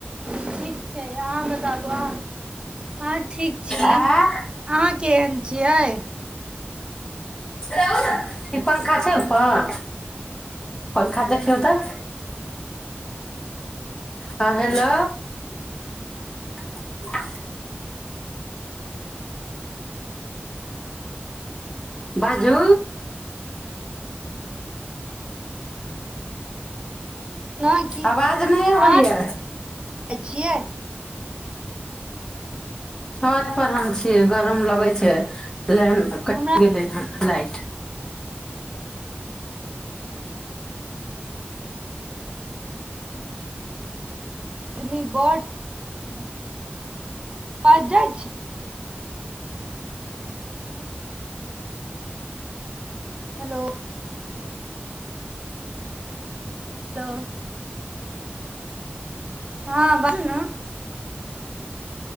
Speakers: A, on the right (about 25°); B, on the left (about 15°).
A: ठीक छै अहाँ बताबू अहाँ हँ ठीक छी।
B: आँ
A: अहाँ केहन छियै?
B: <unintelligible> ई पंखा छै उपर। पंखा देखियो त, हँ हेलो <inaudible> बाजू।
A: न की
B: आवाज नहि
A: अहाँ
B: अबैया
A: <unintelligible> छियै।
B: छत पर हम छियै गरम लगै छै। लेन कटि
A: हमरा
B: गेलै हन लाइट।
A: आदमी बड आवाज जाय छै। हेलो। लोउ। हँ बाजू ना।